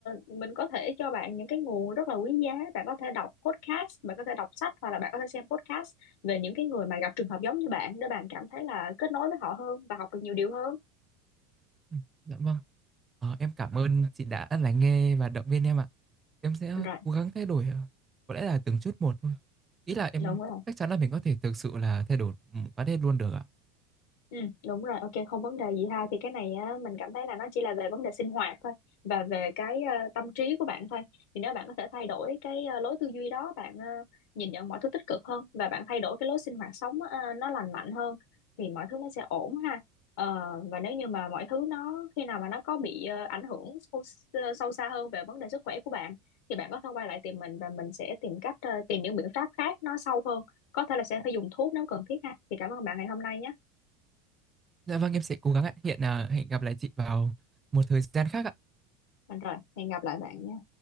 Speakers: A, on the left (about 70°); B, on the right (about 20°).
A: mình có thể cho bạn những cái nguồn rất là quý giá. Bạn có thể đọc podcast, bạn có thể đọc sách hoặc là bạn có thể xem podcast về những cái người mà gặp trường hợp giống như bạn để bạn cảm thấy là kết nối với họ hơn và học được nhiều điều hơn.
B: Ừm, dạ vâng. Ờ, em cảm ơn chị đã lắng nghe và động viên em ạ. Em sẽ
A: rồi
B: cố gắng thay đổi, ờ, có lẽ là từng chút một thôi. Ý là em
A: đúng rồi
B: chắc chắn là mình có thể thực sự là thay đổi, ừm, phát hết luôn được ạ.
A: ừ, đúng rồi ok không vấn đề gì ha thì cái này á, mình cảm thấy là nó chỉ là về vấn đề sinh hoạt thôi và về cái ờ, tâm trí của bạn thôi thì nếu bạn có thể thay đổi cái ờ, lối tư duy đó bạn ờ, nhìn nhận mọi thứ tích cực hơn và bạn thay đổi cái lối sinh hoạt sống ờ, nó lành mạnh hơn thì mọi thứ nó sẽ ổn ha Ờ, và nếu như mà mọi thứ nó khi nào mà nó có bị ờ, ảnh hưởng sâu, sâu xa hơn về vấn đề sức khỏe của bạn thì bạn có thể quay lại tìm mình và mình sẽ tìm cách ờ, tìm những biện pháp khác nó sâu hơn có thể là sẽ phải dùng thuốc nếu cần thiết ha thì cảm ơn bạn ngày hôm nay nhé
B: Dạ vâng, em sẽ cố gắng ạ. Hiện, à, hẹn gặp lại chị vào một thời gian khác ạ.
A: Đúng rồi, hẹn gặp lại bạn nhé.